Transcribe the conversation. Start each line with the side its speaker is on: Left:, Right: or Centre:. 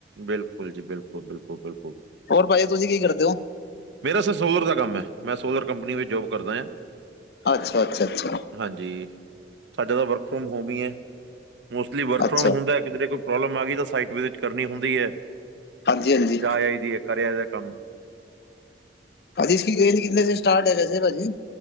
Right: ਬਿਲਕੁਲ ਜੀ, ਬਿਲਕੁਲ-ਬਿਲਕੁਲ ਬਿਲ
Left: ਹੋਰ ਭਾਜੀ ਤੁਸੀਂ ਕੀ ਕਰਦੇ ਓ?
Right: ਮੇਰਾ ਸਰ ਸੋਲਰ ਦਾ ਕੰਮ ਐ ਮੈਂ ਸੋਲਰ ਕੰਪਨੀ ਵਿੱਚ ਜੋਬ ਕਰਦਾ ਆਂ।
Left: ਅੱਛਾ, ਅੱਛਾ, ਅੱਛਾ।
Right: ਹਾਂਜੀ। ਸਾਡੇ ਤਾਂ ਵਰਕ ਫਰੋਮ ਹੋਮ ਈ ਐ। ਮੋਸਟਲੀ ਵਰਕ
Left: ਅੱਛਾ
Right: ਫਰੋਮ ਹੁੰਦਾ ਕਿਦਰੇ ਕੋਈ ਪ੍ਰੋਬਲਮ ਆ ਗਈ ਤਾਂ ਸਾਈਟ ਵਿਜਿਟ ਕਰਨੀ ਹੁੰਦੀ ਐ
Left: ਹਾਂਜੀ ਹਾਂਜੀ
Right: ਜਾ ਆਈ ਦੀ ਏ ਕਰੇਆ ਦਾ ਕੰਮ
Left: ਭਾਜੀ ਇਸ ਕੀ ਰੇਂਜ ਕਿਤਨੇ ਸੇ ਸਟਾਰਟ ਐ ਵੈੇਸੇ ਭਾਜੀ?